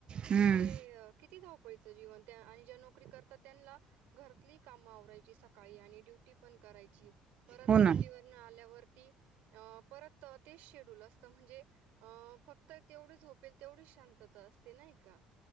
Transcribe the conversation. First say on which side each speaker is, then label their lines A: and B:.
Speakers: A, on the right (about 40°); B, on the right (about 75°).
A: हम्म
B: म्हणजे किती धावपळीच जीवन त्या आणि ज्या नोकरी करता त्यांनला घरातली काम आवरायची सकाळी आणि ड्यु टी पण करायची परत
A: हो
B: ड्युटी
A: ना
B: वरन आल्यावरती अ परत तेच शेड्यूल असतं म्हणजे अ फक्त तेवढी झोपेल तेवढीच शांतता असते नाही का?